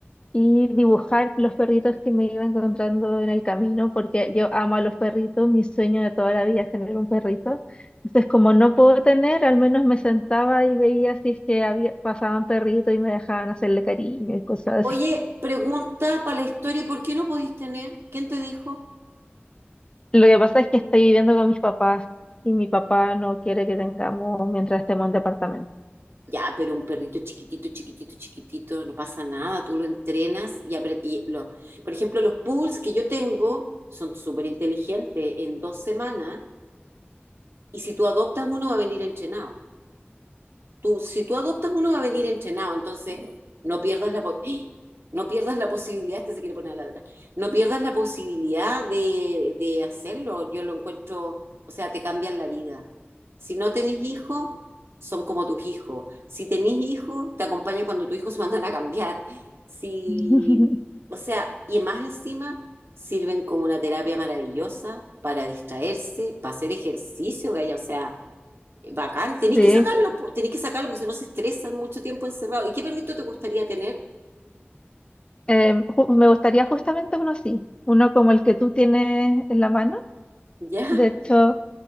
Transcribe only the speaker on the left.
y dibujar los perritos que me iba encontrando en el camino porque yo amo a los perritos, mi sueño de toda la vida es tener un perrito. Entonces, como no puedo tener, al menos me sentaba y veía si es que había, pasaban perritos y me dejaban hacerle cariño y cosas
así.
Lo que pasa es que estoy viviendo con mis papás y mi papá no quiere que tengamos mientras estemos en departamento.
<laughs>
Sí,
em, ju- me gustaría justamente uno así, uno como el que tú tienes en la mano.
De hecho,